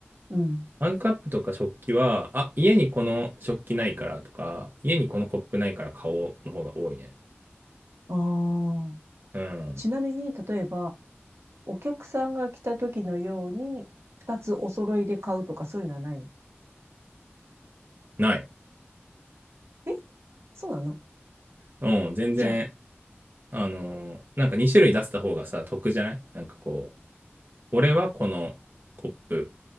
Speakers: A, on the right; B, on the right.
A: うん。
B: マグカップとか食器は、あ、家にこの食器ないからとか、家にこのコップないから買おうの方が多いね。
A: ああ。
B: うん。
A: ちなみに、例えば、お客さんが来たときのように、二つお揃いで買うとかそういうのはないの
B: ない。
A: えそうなの
B: うん、全然
A: じゃあ、
B: あのーなんか2種類出せた方がさ得じゃないなんかこう俺はこのコップ